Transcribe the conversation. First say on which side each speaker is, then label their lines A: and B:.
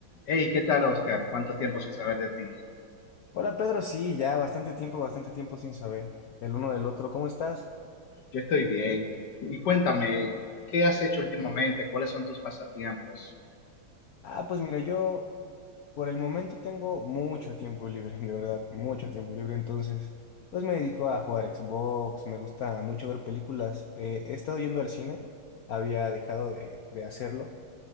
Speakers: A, on the left; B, on the left.
A: Hey, ¿qué tal, Oscar? ¿Cuánto tiempo sin saber de ti?
B: Hola Pedro, sí, ya bastante tiempo, bastante tiempo sin saber el uno del otro. ¿Cómo estás?
A: Yo estoy bien. Y cuéntame, ¿qué has hecho últimamente? ¿Cuáles son tus pasatiempos?
B: Ah, pues mira, yo por el momento tengo mucho tiempo libre, <laughs> de verdad, mucho tiempo libre. Entonces, pues me dedico a jugar Xbox, me gusta mucho ver películas. Eh, he estado yendo al cine, había dejado de, de hacerlo.